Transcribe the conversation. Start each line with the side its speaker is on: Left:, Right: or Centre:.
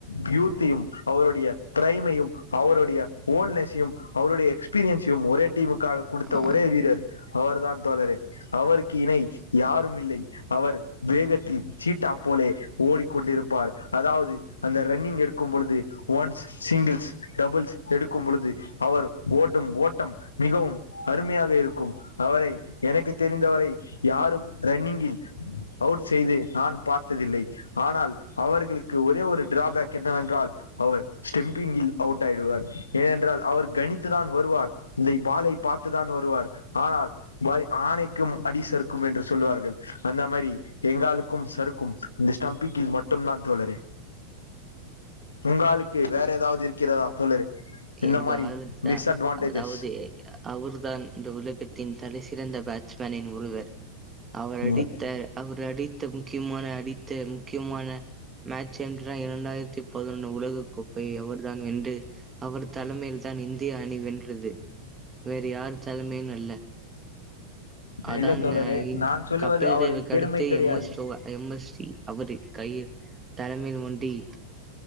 Left: பியூட்தியும் அவருடைய ப்ரைமையும் அவருடைய ஓல்னெஸையும் அவருடைய எக்ஸ் பீரியன்ஸையும் ஒரே டீமுக்காக குடுத்த
Right: ஆ
Left: ஒரே வீரர் அவர்தான் தோழரே அவருக்கு இணை யாருமில்லை அவர் வேகத்தில் சீட்டா போலே ஓடிக் கொண்டிருப்பார் அதாவது அந்த ரன்னிங் எடுக்கும் பொழுது ஒன்ஸ் சிங்கிள்ஸ் டபுள்ஸ் எடுக்கும் பொழுது அவர் ஓட்டும் ஓட்டம் மிகவும் அருமையாக இருக்கும் அவரை எனக்கு தெரிந்தவரை யாரும் ரன்னிங்கில் அவுட் செய்து நான் பார்த்ததில்லை ஆனால் அவர்களுக்கு ஒரே ஒரு டிராபேக் என்னவென்றால் அவர் ஸ்டெம்பிங்கில் அவுட் ஆகிடுவார் ஏனென்றால் அவர் கணித்து தான் வருவார் இந்தை பாலை பார்த்துதான் வருவார் ஆனால் பாலே ஆணைக்கும் அடிச ருக்கும் என்று சொல்லுவார்கள் அந்த மாரி எங்க ஆளுக்கும் சருக்கும் இந்த ஸ்டம்பிக்கில் மட்டம் தான் தோழரே உங்க ஆளுக்கு வேற ஏதாவது இருக்கிறதா தோழரே இந்த
Right: எங்க
Left: மாதிரி
Right: ஆளுக்கா
Left: டிஸ்அட்வான்டேஜஸ்
Right: அதாவது அ அவர்தான் இந்த உலகத்தின் தலைசிறந்த பேட்ஸ்மேனின் ஒருவர் அவர் அடித்த
Left: ம்
Right: அவர் அடித்த முக்கியமான அடித்த முக்கியமான மேட்ச் என்றால் இரண்டாயிரத்தி பதினொன்ட்டு உலக கோப்பை அவர்தா வென்று அவர் தலைமையில்தான் இந்திய அணி வென்றது வேற யார் தலைமையிலு இல்ல அதான்னு
Left: இல்ல தோழரே
Right: எ
Left: நான் சொல்லுவது
Right: கபில்
Left: அவரின்
Right: தேவுக்கு
Left: பெருமை
Right: அடுத்து
Left: கிடையாது
Right: எம் எஸ் தோ வ அ எம் எஸ் வி அவரது கையில் தலைமையில் ஒன்றி